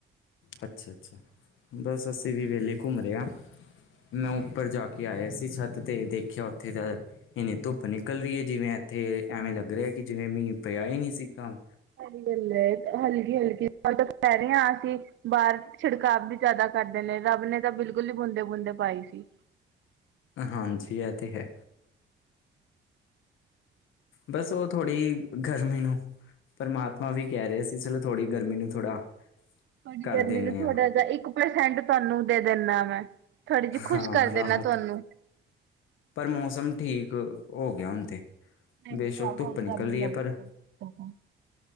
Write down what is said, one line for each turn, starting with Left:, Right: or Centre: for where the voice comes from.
Left: ਅੱਛਾ-ਅੱਛਾ, ਬਸ ਅਸੀਂ ਵੀ ਵੇਲੇ ਕੁੰਮ ਰਹੇ ਆ। ਮੈਂ ਉੱਪਰ ਜਾ ਕੇ ਆਇਆ ਸੀ ਛੱਤ ਤੇ ਦੇਖਿਆ ਓਥੇ ਦਾ ਏਨੀੇ ਧੁੱਪ ਨਿਕਲ ਰੀ ਐ ਜਿਵੇਂ ਏਥੇ ਐਵੇਂ ਲੱਗ ਰਿਹਾ ਕਿ ਜਿਵੇਂ ਮੀ ਪਿਆ ਈ ਨੀ ਸੀਗਾ।
Right: ਸਈ ਗੱਲ ਐ ਹਲਕੀ-ਹਲਕੀ ਕੱਲ ਤੱਕ ਪੈ ਰਿਆਂ ਆ ਸੀ। ਬਾਰ ਛਿੜਕਾਵ ਵੀ ਜਾਦਾ ਕਰਦੇ ਨੇ ਰੱਬ ਨੇ ਤਾਂ ਬਿਲਕੁਲ ਹੀ ਬੂੰਦੇ-ਬੂੰਦੇ ਪਾਈ ਸੀ।
Left: ਹਾਂਜੀ ਐ ਤਾਂ ਹੈ। ਬਸ ਓ ਥੋੜ੍ਹੀ ਗਰਮੀ ਨੂੰ ਪਰਮਾਤਮਾ ਵੀ ਕੈ ਰਿਆ ਸੀ ਚਲੋ ਥੋੜ੍ਹੀ ਗਰਮੀ ਨੂੰ ਥੋੜ੍ਹਾ
Right: ਤੁਆਡੀ
Left: ਕਰ
Right: ਗਰਮੀ
Left: ਦਿੰਦੇ
Right: ਨੂੰ ਥੋੜਾ
Left: ਹਾਂ
Right: ਜੇਆ ਇੱਕ ਪਰਸੈਂਟ ਤੁਆਨੂੰ ਦੇ ਦਿੰਦਾ ਵੇ। ਥੋੜੀ ਜੀ ਖੁਸ਼
Left: ਹਾਂ
Right: ਕਰਦੇ
Left: ਰਾਹਤ
Right: ਨਾ ਤੁਆਨੂੰ
Left: ਪਰ ਮੌਸਮ ਠੀਕ, ਹੋ ਗਿਆ ਹੁਨ ਤੇ
Right: ਨਹੀਂ
Left: ਬੇਸ਼ੱਕ
Right: ਤਾਂ ਬਹੁਤ
Left: ਧੁੱਪ ਨਿਕਲ
Right: ਗਰਮੀ
Left: ਰਹੀ
Right: ਲੱਗਦੀ
Left: ਹੈ ਪਰ
Right: ਐ,